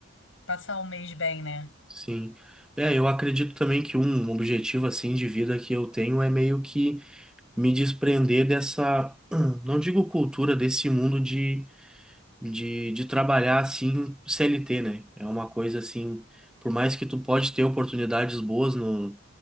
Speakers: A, on the left; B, in the centre.
A: Passar um mês bem, né?
B: Sim. É, eu acredito também que um objetivo assim de vida que eu tenho é meio que me desprender dessa, <clears throat> não digo cultura, desse mundo de, de, de trabalhar assim CLT, né? É uma coisa assim, por mais que tu pode ter oportunidades boas no,